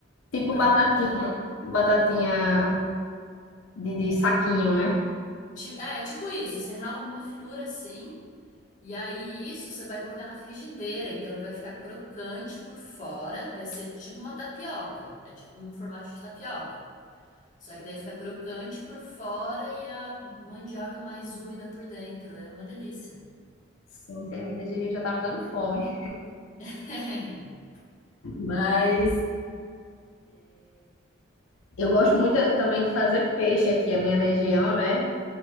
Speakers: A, on the left (about 80°); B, on the left (about 40°).
A: Tipo
B: pra,
A: batatinha.
B: pra ralar.
A: Batatinha de, de saquinho, né?
B: Ti- É, tipo isso. Você rala numa finura assim. E aí, isso você vai colocar na frigideira, então ele vai ficar crocante por fora, vai ser tipo uma tapioca, é tipo um formato de tapioca. Só que daí fica crocante por fora e a mandioca mais úmida por dentro, é uma delícia.
A: Sim, entendi. Desse jeito já tá me dando fome.
B: <laughs>
A: Mas eu gosto muito também de fazer peixe aqui, a minha região, né?